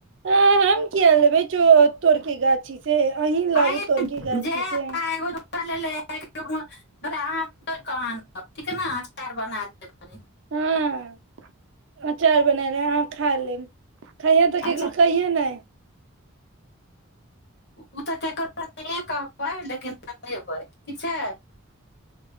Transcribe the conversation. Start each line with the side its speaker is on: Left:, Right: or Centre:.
Right: ह हम क ह लेबै चो तोर के गाछी से अहीं लाबू
Left: आनि
Right: तोर की गाछी
Left: जे हमरा
Right: छै
Left: <unintelligible>
Right: हँ अचार बना ले ह खा लेम खैय तऽ
Left: अच्छा
Right: केकरो कहिये ने
Left: <unintelligible>